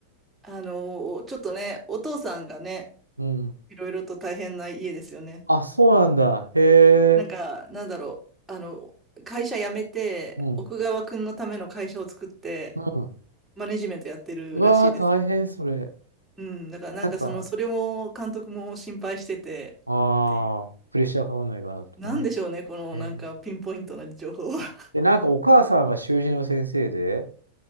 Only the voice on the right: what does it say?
る。うん。
あ、そうなんだ。へ
え。
うん。
うん。
うわあ、大変それ。
なんか、
ああー、
プレッシャーかかんないかなとかね。
えーで、なんかお母さんは習字の先生で、